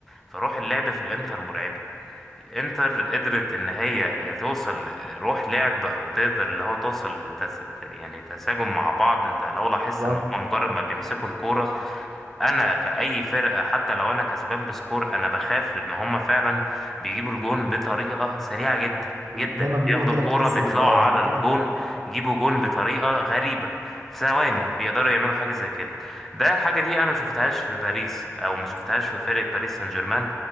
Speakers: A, in the centre; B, on the right.
A: فروح اللعب في الانتر مرعبة الانتر قدرت ان هي توصل روح لعب او تقدر اللي هو توصل لتس... يعني تساجم مع بعض انت لو لاحظت
B: بالظبط
A: ان هم مجرد ما بيمسكوا الكوره انا كأي فرقة حتى لو انا كسبان بسكور انا بخاف لان هما فعلا بيجيبوا الجون بطريقة سريعة جدا جدا
B: زي ما بيقولوا
A: بياخدوا
B: كده
A: الكورة
B: بتحس
A: بيطلعوا
B: بالتيكي
A: على الجون
B: تاكا
A: يجيبوا جون بطريقة غريبة في ثواني بيقدروا يعملوا حاجة زي كده ده الحاجة دي انا ما شفتهاش في باريس او ما شفتهاش في فرقة باريس سان جيرمان